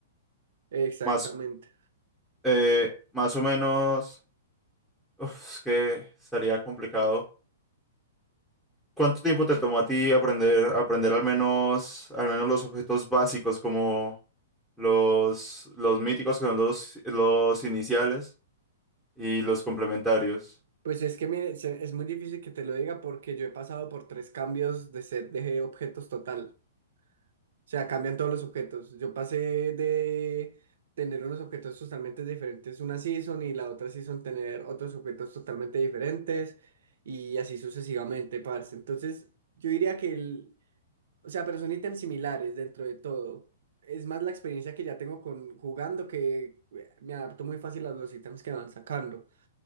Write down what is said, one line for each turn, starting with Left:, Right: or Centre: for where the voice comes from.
Right: Exactamente.
Centre: Más, eh, más o menos, uf, es que estaría complicado. ¿Cuánto tiempo te tomó a ti aprender, aprender al menos, al menos los objetos básicos como los, los míticos, que son los, los iniciales, y los complementarios?
Right: Pues es que mire, se- es muy difícil que te lo diga porque yo he pasado por tres cambios de set de objetos total. O sea, cambian todos los objetos. Yo pasé de tener unos objetos totalmente diferentes una season y la otra season tener otros objetos totalmente diferentes y así sucesivamente, parce. Entonces, yo diría que el, o sea, pero son ítems similares dentro de todo. Es más la experiencia que ya tengo con jugando que eh, me adapto muy fácil a los ítems que van sacando.